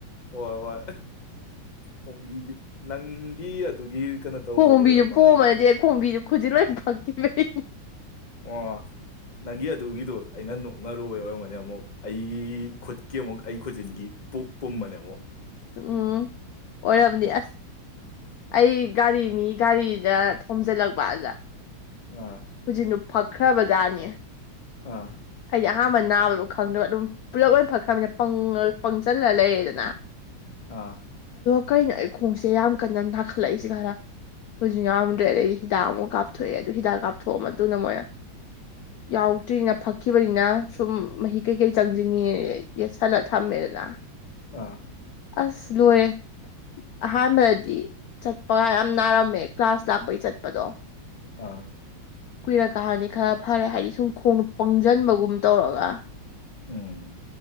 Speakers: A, on the left; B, on the left.
A: ꯍꯣꯏ ꯍꯣꯏ ꯈꯣꯡꯕꯤ ꯅꯪꯒꯤ ꯑꯗꯨꯒꯤ ꯀꯩꯅꯣ ꯇꯧꯕꯗꯩ
B: ꯀꯣꯝꯕꯤꯁꯨ
A: ꯑꯣꯏꯔ
B: ꯄꯣꯝꯕꯅꯗꯤ
A: ꯃꯥꯜꯂꯦ
B: ꯑꯩ ꯀꯣꯝꯕꯤꯁꯨ ꯈꯨꯖꯤ ꯂꯣꯏ ꯐꯛꯈꯤꯕꯩ
A: ꯑ ꯅꯪꯒꯤ ꯑꯗꯨꯒꯤꯗꯣ ꯑꯩꯅ ꯅꯣꯛꯅꯔꯨꯕ ꯑꯣꯏꯔꯝꯒꯅꯤ ꯑꯃꯨꯛ ꯑꯩ ꯈꯨꯠꯀꯤ ꯑꯃꯨꯛ ꯑꯩ ꯈꯨꯖꯤꯟꯒꯤ ꯄꯨꯝꯕꯅꯦꯕꯣ
B: ꯎꯝ ꯑꯣꯏꯔꯕꯅꯤ ꯑꯁ ꯑꯩ ꯒꯥꯔꯤ ꯃꯤ ꯒꯥꯔꯤ ꯑꯗ ꯊꯣꯝꯖꯤꯜꯂꯛꯄ ꯑꯗ
A: ꯎ
B: ꯍꯧꯖꯤꯛꯅ ꯐꯛꯈ꯭ꯔꯕꯖꯥꯠꯅꯦ
A: ꯑꯥ
B: ꯑꯩꯗꯤ ꯑꯍꯥꯟꯕ ꯅꯥꯕꯗꯣ ꯈꯪꯗꯕ ꯑꯗꯨꯝ ꯄꯨꯂꯞ ꯂ ꯐꯛꯈ꯭ꯔꯕꯅꯤꯅ ꯄꯪꯁꯤꯜꯂ ꯂꯩꯌꯦꯦꯗꯅ
A: ꯑꯥ
B: ꯀꯩꯅꯣ ꯑꯩ ꯈꯣꯡꯁꯦ ꯌꯥꯝ ꯀꯟꯅ ꯅꯥꯈꯠꯂꯛꯏꯁꯤ ꯈꯔ ꯍꯧꯖꯤꯛ ꯌꯥꯝꯔꯝꯗ꯭ꯔꯦꯗꯗꯒꯤ ꯍꯤꯗꯥꯛ ꯑꯃꯨꯛ ꯀꯥꯞꯊꯣꯛꯑꯦ ꯑꯗꯨ ꯍꯤꯗꯥꯛ ꯀꯥꯞꯊꯣꯛꯑ ꯃꯇꯨꯡꯗ ꯃꯣꯏꯅ ꯌꯥꯎꯗ꯭ꯔꯤꯅ ꯑꯩꯕꯅꯤꯅ ꯁꯨꯝ ꯃꯍꯤ ꯀꯩꯀꯩ ꯆꯪꯁꯤꯟꯉꯦ ꯌꯦ ꯍꯜꯂ ꯊꯝꯃꯦꯗꯅ
A: ꯑꯥ
B: ꯑꯁ ꯂꯑꯦ ꯑꯍꯥꯟꯕꯗꯗꯤ ꯆꯠꯄꯒ ꯌꯥꯝ ꯅꯥꯔꯝꯃꯦ ꯀ꯭ꯂꯥꯁ ꯂꯥꯛꯄꯒꯤ ꯆꯠꯄꯗꯣ
A: ꯑꯥ
B: ꯀꯨꯏꯔꯛ ꯀꯥ ꯍꯥꯏꯅꯤ ꯈꯔ ꯐꯔꯦ ꯍꯥꯏꯗꯤ ꯁꯨꯝ ꯈꯣꯡ ꯄꯪꯁꯤꯟꯕꯒꯨꯝ ꯇꯧꯔꯒ
A: ꯎꯝ